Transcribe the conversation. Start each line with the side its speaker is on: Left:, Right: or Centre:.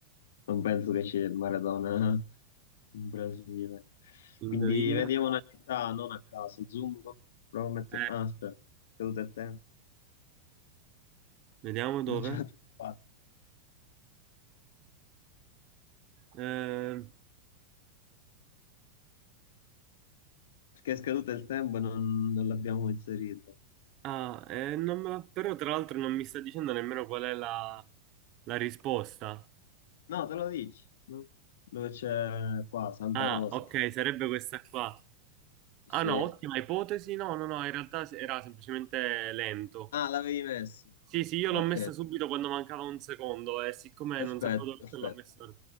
Left: Non penso che c'è Maradona <laughs> in Brasile.
Right: indovina.
Left: Quindi vediamo una città non a caso. Zoom, provo a mettere...
Right: Eh,
Left: Ah, aspetta, è scaduto il tempo.
Right: vediamo
Left: <laughs>
Right: dove.
Left: Non ce l'abbiamo fatta.
Right: Eh,
Left: Perché è scaduto il tempo e non, non l'abbiamo inserito.
Right: ah, eh, non me la- Però tra l'altro non mi sta dicendo nemmeno qual è la, la risposta.
Left: No, te lo dici. no? Dove c'è qua, Santa
Right: Ah,
Left: Rosa.
Right: ok, sarebbe questa qua.
Left: Sì.
Right: Ah no, ottima ipotesi. No, no, no, in realtà era semplicemente lento.
Left: Ah, l'avevi messo.
Right: Sì, sì, io
Left: Ok.
Right: l'ho messa subito quando mancava un secondo e siccome
Left: Perfetto,
Right: non sapevo dove
Left: perfetto.
Right: metterla, l'ho messa. ora.